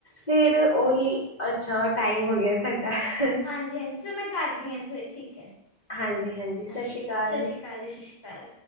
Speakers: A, on the left (about 45°); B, on the left (about 25°).
A: ਫਿਰ ਉਹੀ ਅੱਛਾ ਟਾਈਮ ਹੋ ਗਿਆ ਸਾਡਾ
B: ਹਾਂਜੀ ਹਾਂਜੀ ਸੋ ਮੈਂ ਕਰਦੀ ਹਾਂ ਹੋਰ ਠੀਕ ਹੈ
A: ਹਾਂਜੀ ਸਤਿ
B: ਹਾਂਜੀ
A: ਸ਼੍ਰੀ ਅਕਾਲ
B: ਠੀ ਸ਼ਸ਼ੀ ਕਾਲ ਜੀ ਸ਼ਸ਼ੀ ਕਾਲ